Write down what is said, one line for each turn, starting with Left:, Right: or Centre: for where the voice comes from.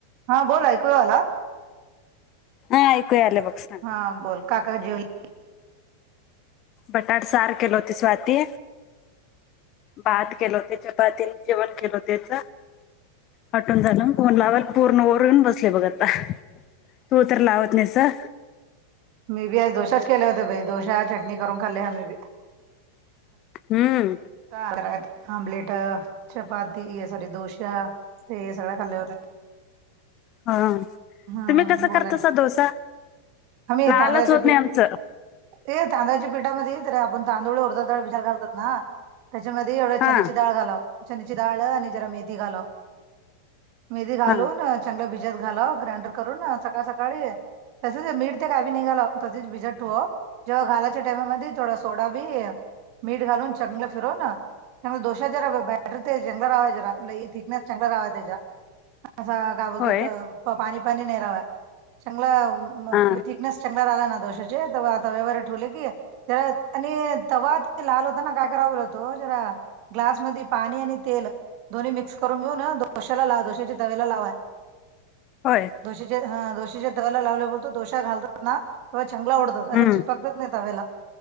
Right: हा बोल, ऐकू येऊ आला?
Left: हा ऐकू यायलय बघ, सांग.
Right: हा बोल, काका जेवले?
Left: बटाट सार केलो होती स्वाती. भात केलो, ते चपाती न जेवण केलो त्याच. आटून झालं न फोन लावायला पूर्ण ओरून बसले बघ आता. तू तर लावत नाहीस अ
Right: मी बी आज डोशाच केले होते बाई, डोशा-चटणी करून खाल्ली आम्ही बी.
Left: हम्म.
Right: का करात, आमलेट, चपाती सॉरी डोशा ते सगळ्या खाल्ल्या होते.
Left: हा,
Right: हम्म
Left: तुम्ही कसं
Right: बोला
Left: करतासा
Right: ना
Left: डोसा?
Right: आम्ही
Left: लालच
Right: तांदळाचे
Left: होत
Right: पीठ
Left: नाही आमचं.
Right: ए तांदळाच्या पीठामध्ये जरा आपण तांदूळ, उडदाची डाळ भिजत घालतोत ना त्याच्यामध्ये एवढ्या
Left: हा
Right: चनेची डाळ घालाव, चनेची डाळ आणि जरा मेथी घालाव मेध्ये घालू
Left: हा
Right: न चांगल भिजत घालाव, ग्राइंडर करून अ सकाळ-सकाळी तसेच, मीठ ते काही बी नाही घालाव तसेच भिजत ठोवाव, जेव्हा घालाच्या टायमामध्ये थोड सोडा बी अ मीठ घालून चांंगलं फिरवून अ चान्गलं दोशा जरा बॅटर ते चान्गलं राहाव जरा लय थिकनेस चान्गला राहावा त्याचा, असा काय बोलतात
Left: होय
Right: पाणी-पाणी नाय रहावा, चांगला म
Left: हा
Right: थिकनेस चान्गला राहिला ना दोशाचे, तवा आता तव्यावर ठेवलं कि जरा आणि तवा ते लाल होताना काय कराव होतो जरा ग्लासमध्ये पाणी आणि तेल दोन्ही मिक्स करून घेऊन दोश्याला लाव, दोश्याच्या तव्याला लावा.
Left: होय.
Right: दोशेच्या हा, दोशेच्या तव्याला लावला होतो तो दोशा घालातात ना तवा चांंगला ओडत असं
Left: हम्म
Right: चिपकत नाही तव्याला.